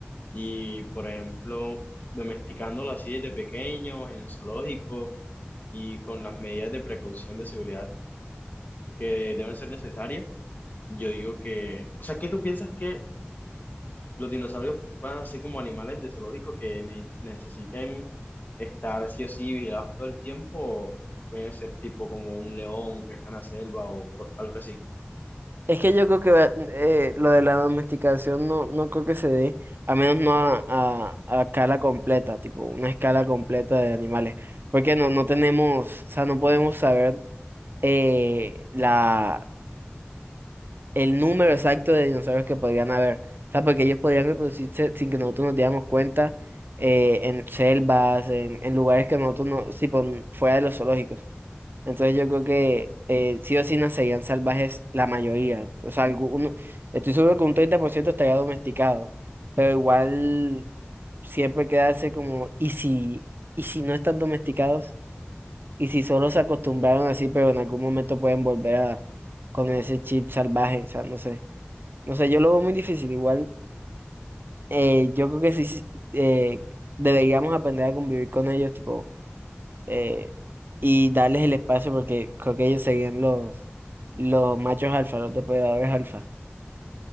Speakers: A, on the left; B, on the right.
A: Y, por ejemplo, domesticándolo así desde pequeños, en el zoológico y con las medidas de precaución de seguridad que deben ser necesarias, yo digo que, o sea, ¿qué tú piensas que los dinosaurios puedan ser como animales de zoológico que ne- necesiten estar sí o sí vigilados todo el tiempo? O pueden ser tipo como un león que está en la selva o co- algo así.
B: Es que yo creo que va- eh, lo de la domesticación no, no creo que se dé, a menos no a, a, a escala completa, tipo una escala completa de animales, porque no, no tenemos, o sea, no podemos saber eh, la, el número exacto de dinosaurios que podrían haber, o sea, porque ellos podrían reproducirse sin que nosotros nos diéramos cuenta eh, en selvas, en, en lugares que nosotros no, tipo, n- fuera de los zoológicos. Entonces yo creo que eh, sí o sí nacerían salvajes la mayoría. O sea, algu- uno- estoy seguro que un 30% estaría domesticado. Pero igual siempre quedarse como, ¿y si, y si no están domesticados? ¿Y si solo se acostumbraron así, pero en algún momento pueden volver a con ese chip salvaje? O sea, no sé. No sé, yo lo veo muy difícil. Igual eh, yo creo que sí sí, eh, deberíamos aprender a convivir con ellos, tipo eh, y darles el espacio porque creo que ellos seguían los, los machos alfa, los depredadores alfa.